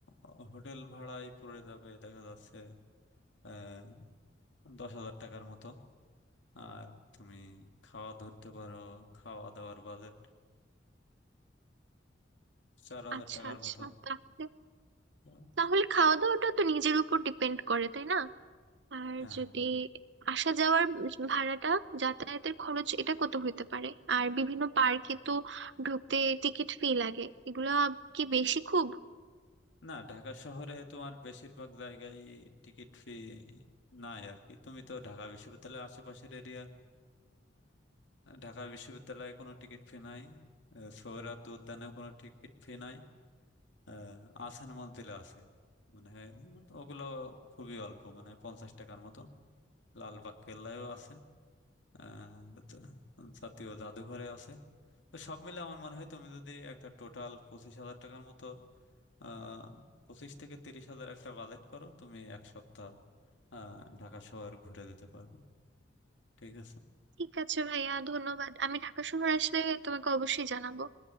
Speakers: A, on the left; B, on the right.
A: আহ, হোটেল ভাড়ায় পড়ে যাবে দেখা যাচ্ছে আহ দশ হাজার টাকার মতো আর তুমি খাওয়া ধরতে পারো খাওয়া দাওয়ার বাজেট চার হাজার
B: আচ্ছা
A: টাকার
B: আচ্ছা
A: মতো
B: তাহলে
A: তো,
B: তাহলে খাওয়া দাওয়াটা তো নিজের উপর ডিপেন্ড করে তাই না আর
A: হ্যাঁ
B: যদি আসা যাওয়ার ভাড়াটা যাতায়াতের খরচ এটা কত হইতে পারে আর বিভিন্ন পার্কে তো ঢুকতে টিকিট ফি লাগে এগুলা কি বেশি খুব
A: না ঢাকা শহরে তোমার বেশিরভাগ জায়গায় টিকিট ফি নাই আর কি তুমি তো ঢাকা বিশ্ববিদ্যালয়ের আশেপাশের এরিয়া ঢাকা বিশ্ববিদ্যালয়ে কোনো টিকিট ফি নাই আহ, সোহরাওয়ার্দী উদ্যানেও কোনো টিকিট ফি নাই আহ, আহসান মঞ্জিলে আছে মানে ওগুলো খুবই অল্প মানে পঞ্চাশ টাকার মতো লালবাগ কেল্লায়ও আছে আহ, তো জাতীয় জাদুঘরে আছে তো সব মিলে আমার মনে হয় তুমি যদি একটা টোটাল পঁচিশ হাজার টাকার মতো আহ পঁচিশ থেকে তিরিশ হাজার একটা বাজেট করো তুমি এক সপ্তাহ আহ ঢাকা শহর ঘুরে দিতে পারবো ঠিক আছে
B: ঠিক আছে ভাইয়া ধন্যবাদ আমি ঢাকা শহর আসলে তোমাকে অবশ্যই জানাবো